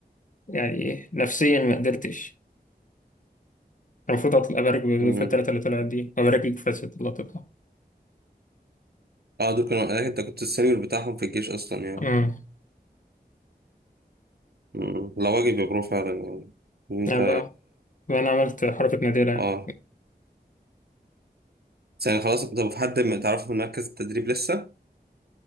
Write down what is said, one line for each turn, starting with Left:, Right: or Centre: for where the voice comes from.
Left: يعني نفسيا ما قدرتش المفروض أطلع أبارك
Right: امم
Left: في التلاتة اللي طلعت دي وأبارك لك في الست اللي هتطلع
Right: اه دول كانوا آه، انت كنت السينيور بتاعهم في الجيش اصلا يعني
Left: أمم.
Right: امم لا واجب يا برو فعلا يعني إن انت
Left: أنا بقى أنا عملت حركة نادرة يعني
Right: اه بس يعني خلاص طب في حد ما تعرفه من مركز التدريب لسه